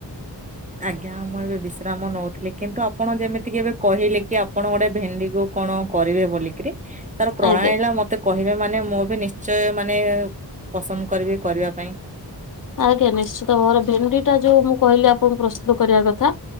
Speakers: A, on the right; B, on the left.
A: ଆଜ୍ଞା ମୁଁ ଏବେ ବିଶ୍ରାମ ନୋଉଥିଲି। କିନ୍ତୁ ଆପଣ ଯେମିତି କି ଏବେ କହିଲେ କି ଆପଣ ଗୋଟେ ଭେଣ୍ଡିକୁ କଣ କରିବେ ବୋଲିକିରି ତାର ପ୍ରଣାଳିରା
B: ଆଜ୍ଞା।
A: ମତେ କହିବେ ମାନେ ମୁଁ ବି ନିଶ୍ଚୟ ମାନେ ପସନ୍ଦ କରିବି। କରିବା ପାଇଁ।
B: ଆଜ୍ଞା ନିଶ୍ଚିତ ଭାବରେ ଭେଣ୍ଡିଟା ଯୋଉ ମୁଁ କହିଲି ଆପଣଙ୍କୁ ପ୍ରସ୍ତୁତ କରିବା କଥା